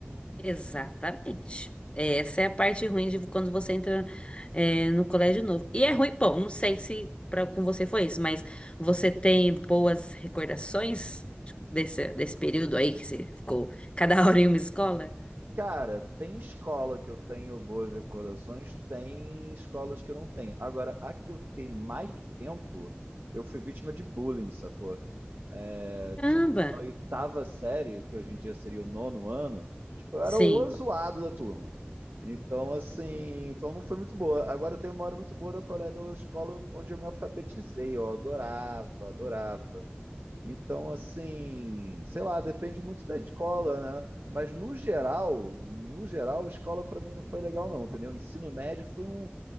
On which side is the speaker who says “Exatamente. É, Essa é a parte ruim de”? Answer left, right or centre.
Left